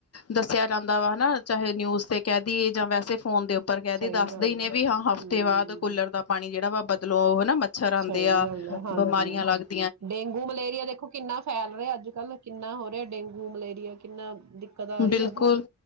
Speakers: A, on the left (about 45°); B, on the right (about 60°).
A: ਦੱਸਿਆ ਜਾਂਦਾ ਵਾ ਹਨਾ ਚਾਹੇ ਨਿਊਜ਼ ਤੇ ਕਹਿ ਦੇਈਏ ਜਾਂ ਵੈਸੇ ਫੋਨ ਦੇ ਉੱਪਰ ਕਹਿ ਦ
B: ਸਹੀ
A: ਦੱਸਦੇ
B: ਗੱਲ
A: ਹੀ
B: ਹੈ
A: ਨੇ ਵੀ ਹਾਂ ਹਫ਼ਤੇ
B: ਹਮ
A: ਬਾਅਦ ਕੂਲਰ ਦਾ ਪਾਣੀ ਜਿਹੜਾ ਵਾ ਬਦਲੋਂ ਉਹ। ਮੱਛਰ ਆਉਂਦੇ
B: ਸਹੀ
A: ਆ।
B: ਗੱਲ ਹੈ
A: ਬਿਮਾਰੀਆਂ
B: ਹਾਂਜੀ
A: ਲੱਗਦੇ
B: ਡੇਂਗੂ, ਮਲੇਰੀਆ ਦੇਖੋ ਕਿੰਨਾ ਫੈਲ ਰਿਹਾ। ਅੱਜ ਕੱਲ ਕਿੰਨਾ ਹੋ ਰਿਹਾ ਡੇਂਗੂ, ਮਲੇਰੀਆ ਕਿੰਨਾ ਦਿੱਕਤ ਆ ਰਹੀ
A: ਬਿਲਕੁਲ,
B: ਹੈ। ਉਹਦੀ